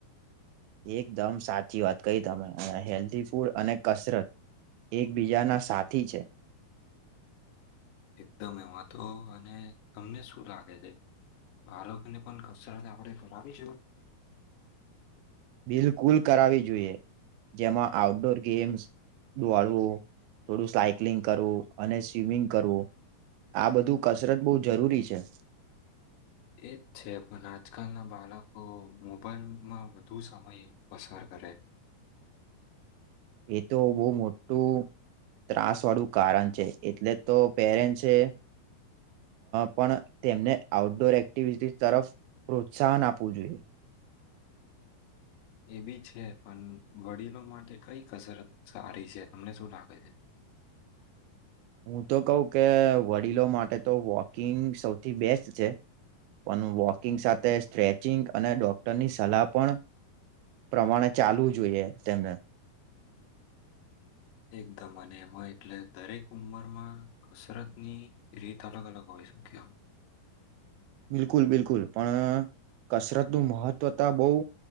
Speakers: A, on the right; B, on the left.
A: એકદમ સાચી વાત કઈ તમે હેલ્ધી ફૂડ અને કસરત એકબીજાના સાથી છે.
B: એકદમ એમાં તો અને તમને શું લાગે છે? બાળકને પણ કસરત આપણે કરાવી જોઈ
A: બિલકુલ કરાવવી જોઈએ, જેમાં આઉટડોર ગેમ્સ દોળવું થોડું સાયક્લિંગ કરવું અને સ્વિમિંગ કરવું, આ બધું કસરત બહુ જરૂરી છે.
B: એજ છે, પણ આજકાલના બાળકો મોબાઈલમાં ધુ સમય પસાર કરે
A: એ તો બહુ મોટું ત્રાસ વાળું કારણ છે, એટલે તો પપેરેન્સ એ પણ તેમને આઉટડોર એક્ટિવિટીઝ તરફ પ્રોત્સાહન આપવું જોઈએ.
B: એ બી છે, પણ વડીલો માટે કઈ કસરત સારી છે, તમને શું લાગે છે?
A: <inaudible> હું, તો કઉ કે વડીલો માટે તો વોકિંગ સૌથી બેસ્ટ છે, પણ વોકિંગ સાથે સ્ટ્રેચિંગ અને ડોક્ટરની સલાહ પણ પ્રમાણે ચાલવું જોઈએ, તેમને
B: એકદમ અને એમાં એટલે દરેક ઉંમરમાં કસરત ની રીત અલગ અલગ હોય. સંખ્યા
A: બિલકુલ બિલકુલ પણ કસરતનું મહત્ત્વતા બઉુ